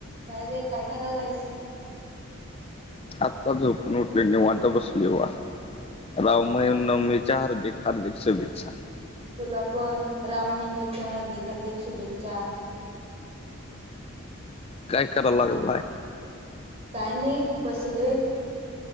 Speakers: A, on the right; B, on the left.
A: काय रे काय करालायस
B: आत्ता झोपून उठलाेय निवांत बसलो बघा राम
A: होय.
B: नवमीच्या हार्दिक हार्दिक शुभेच्छा
A: तुला पण रामनवमीच्या हार्दिक हार्दिक शुभेच्छा
B: काय? कराय लागलय
A: काय नाही बसलोय.